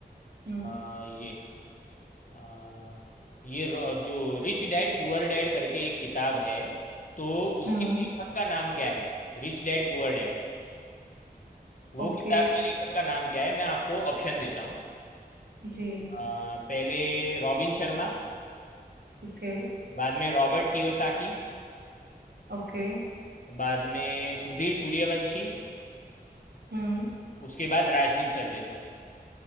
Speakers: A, on the right; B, on the left.
A: हम्म
B: आ, ये आ, ये र- जो रिच डैड पुअर डैड करके एक किताब है तो उसके
A: हम्म
B: लेखक का नाम क्या है रिच डैड पुअर डैड वो
A: ओके
B: किताब के लेखक का नाम क्या है मैं आपको ऑप्शन देता हूँ
A: जी
B: आ, पहले रॉबिन शर्मा
A: ओके
B: बाद में रॉबर्ट कियोसाकी
A: ओके
B: बाद में सुधीर सूर्यवंशी
A: हम्म
B: उसके बाद राजदीप सरदेसाई